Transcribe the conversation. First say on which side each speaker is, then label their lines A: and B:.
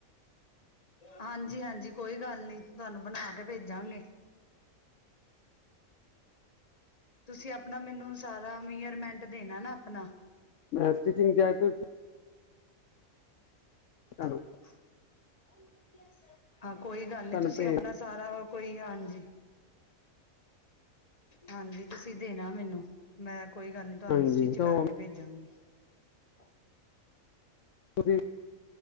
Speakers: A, on the left; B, on the left.
A: ਹਾਂਜੀ ਹਾਂਜੀ ਕੋਈ ਗੱਲ ਨੀ ਤੁਹਾਨੂੰ ਬਣਾ ਕੇ ਭੇਜਾਂਗੇ। ਤੁਸੀਂ ਆਪਣਾ ਮੈਨੂੰ ਸਾਰਾ ਮੀਅਰਮੈਂਟ ਦੇਣਾ ਨਾ। ਹਨ।
B: ਮੈਂ ਸਟਿਚਿੰਗ ਕ। ਚਹੋ।
A: <unintelligible> ਹਾਂ ਕੋਈ ਗੱਲ ਨਹੀਂ
B: ਤੁਹਾਨੂੰ
A: ਤੁਸੀਂ
B: ਭੇਜ
A: ਆਪਣਾ ਸਾਰਾ ਕੋਈ ਹਾਂਜੀ। ਹਾਂਜੀ ਤੁਸੀਂ ਦੇਣਾ ਮੈਨੂੰ ਮੈਂ। ਕੋਈ ਗੱਲ ਨੀ ਤੁਹਾਨੂੰ
B: ਹਾਂਜੀ
A: ਸਟਿੱਚ
B: ਤੋਂ
A: ਕਰਕੇ ਭੇਜਾਂਗੇ। <inaudible>
B: ਤੁਸੀਂ।